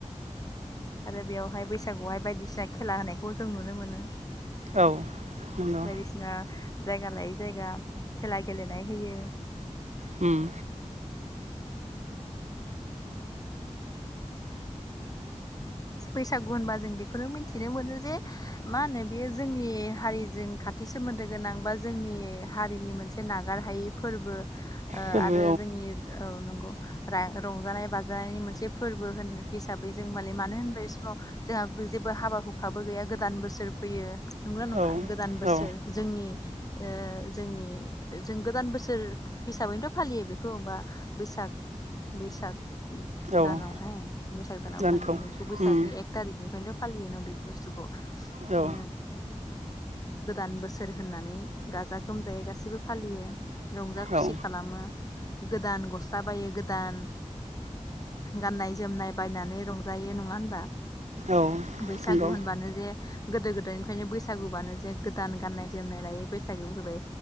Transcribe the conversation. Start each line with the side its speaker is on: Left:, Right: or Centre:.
Left: आरो बेवहाय बैसागुआवहाय बायदिसिना खेला होनायखौ जों नुनो मोनो
Right: औ नंगौ
Left: बायदिसिना जायगा लायै जायगा खेला गेलेनाय होयो
Right: उम
Left: बैसागु होनबा जों बेखौनो मिथिनो मोनो जे मा होनो बेयो जोंनि हारिजों खाथि सोमोन्दो गोनां बा जोंनि हारिनि मोनसे नागार हायै फोरबो ओ
Right: फोरबो
Left: आरो जोंनि औ नं गौ रा रंजानाय बाजानायनि मोनसे फोरबो होन हिसाबै जों <unintelligible> बै समाव जोंहा जेबो हाबा हुखाबो गैया गोदान बोसोर फैयो नंगौना नङा
Right: औ
Left: गोदान बोसोर
Right: औ
Left: जोंनि ओ जोंनि जों गोदान बोसोर हिसाबैनोथ फालियो बेखौ बा बैसाग बैसाग
Right: औ
Left: दानावहाय बैसाग दानाव
Right: दानखौ
Left: फालियो जों बैसागनि
Right: उम
Left: एक थारिख बेनिफ्रायनोथ फालियो न बे बुस्थुखौ
Right: औ
Left: मानो गोदान बोसोर होननानै गाजा गोमजायै गासिबो फालियो रंजा खुसि
Right: औ
Left: खालामो गोदान गस्ला बायो गोदान गाननाय जोमनाय बायनानै रंजायो न ङा होनबा
Right: औ
Left: बैसागु
Right: नंगौ
Left: होनबानो जे गोदो गोदायनिफ्रायनो बैसागु बानो जे गोदान गाननाय जोमनाय लायो बैसागु फैबाय